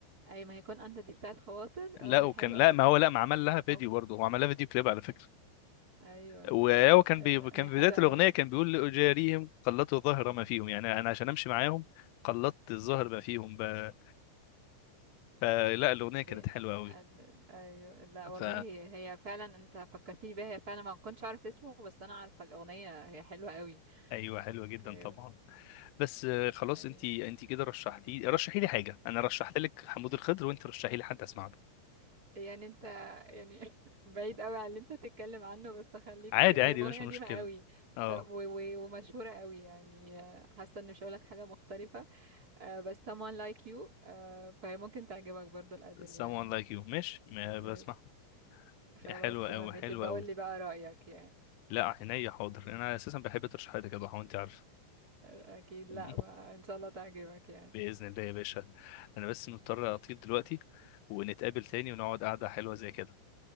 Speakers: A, on the right; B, on the left.
A: اي ما هيكون انت دي بتاعة خواطر اه
B: لا
A: دي
B: وكان
A: حلوة
B: لا
A: قوي
B: ما هو لا ما عمل لها فيديو
A: هو
B: برضه هو عمل لها فيديو كليب على فكرة
A: ايوه
B: وهو كان
A: لا
B: بي... كان
A: هي
B: في
A: حلوة
B: بداية
A: قوي
B: الأغنية كان بيقول لأجاريهم قلدت ظهر ما فيهم يعني أنا عشان أمشي معاهم قلدت الظهر ما فيهم ب... فلا الأغنية
A: ب...
B: كانت حلوة أوي
A: ال- ايوه لا والله
B: ف
A: هي, هي فعلا انت فكرتني بيها هي فعلا ما كنتش عارف اسمه بس انا عارفة الأغنية هي حلوة قوي
B: ايوه حلوة جدا
A: ايوه
B: طبعا بس آه، خلاص
A: ايوه
B: انت انت كده رشحتي رشحي لي حاجة انا رشحت لك حمود الخضر وانت رشحي لي حد اسمع له
A: يعني انت يعني <laughs> بعيد قوي عن اللي انت تتكلم عنه بس خليك
B: عادي
A: في- هي
B: عادي
A: اغنيه
B: مش مشكلة
A: قديمه قوي
B: اه
A: ف- و- و- ومشهوره قوي يعني آه، حاسه ان مش هقولك حاجه مختلفه آه، بس someone like you آه، فهي ممكن تعجبك برضو الادل
B: someone
A: يعني
B: like you ماشي ما
A: يس،
B: بسمع
A: خلاص
B: حلوة
A: تمام
B: أوي
A: ماشي
B: حلوة
A: بقول
B: أوي
A: لي بقى رايك يعني
B: لا عينيا حاضر انا اساسا بحب ترشيحاتك يا ضحى وانت عارف
A: آه، اكيد
B: <laughs>
A: لا ما ان شاء الله تعجبك يعني
B: باذن الله يا باشا انا بس مضطر اطير دلوقتي ونتقابل تاني ونقعد قعده حلوه زي كده